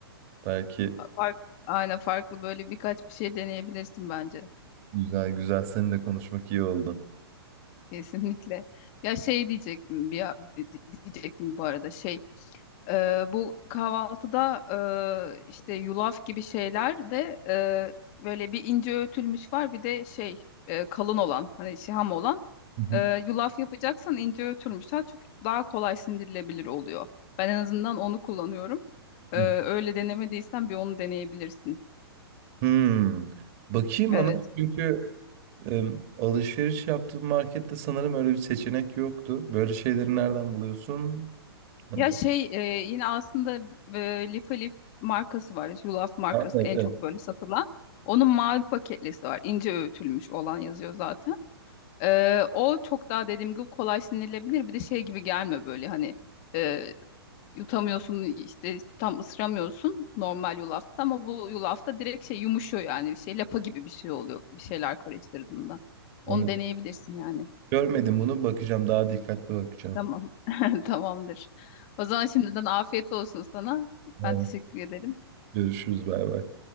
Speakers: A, on the right; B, on the left.
A: Belki
B: Fa- Fark, aynen farklı böyle birkaç bir şey deneyebilirsin bence.
A: güzel güzel seninle konuşmak iyi oldu.
B: Kesinlikle. Ya şey diyecek bir di- diyecektim bu arada şey e, bu kahvaltıda e, işte yulaf gibi şeyler de e, böyle bir ince öğütülmüş var bir de şey e, kalın olan hani şiham olan
A: Hı hı,
B: E, yulaf yapacaksan ince öğütülmüş. Ha, çünkü daha kolay sindirilebilir oluyor. Ben en azından onu kullanıyorum. Ee,
A: hı.
B: öyle denemediysen bir onu deneyebilirsin.
A: Hmm. Bakayım
B: Evet.
A: ona çünkü em, alışveriş yaptığım markette sanırım öyle bir seçenek yoktu. Böyle şeyleri nereden buluyorsun? Ee,
B: Ya şey e, yine aslında e, Lif Alif markası var. Yulaf markası
A: Evet, evet.
B: en çok böyle satılan. Onun mavi paketlisi var. İnce öğütülmüş olan yazıyor zaten. Ee, o çok daha dediğim gibi kolay sindirilebilir. Bir de şey gibi gelme böyle hani e, yutamıyorsun işte tam ısıramıyorsun normal yulafta ama bu yulafta direkt şey yumuşuyor yani bir şey lapa gibi bir şey oluyor bir şeyler karıştırdığında. Onu
A: Anladım.
B: deneyebilirsin yani.
A: Görmedim bunu bakacağım daha dikkatli bakacağım.
B: Tamam. <laughs> Tamamdır. O zaman şimdiden afiyet olsun sana.
A: Evet.
B: Ben teşekkür ederim.
A: Görüşürüz bay bay.